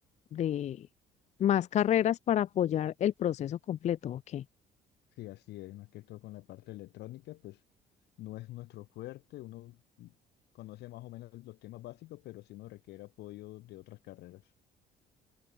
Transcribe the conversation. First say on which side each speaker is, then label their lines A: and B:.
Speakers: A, on the left; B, on the left.
A: de más carreras para apoyar el proceso completo, ¿ok?
B: Sí, así es, más que todo con la parte electrónica, pues no es nuestro fuerte, uno conoce más o menos los temas básicos, pero sí nos requiere apoyo de otras carreras.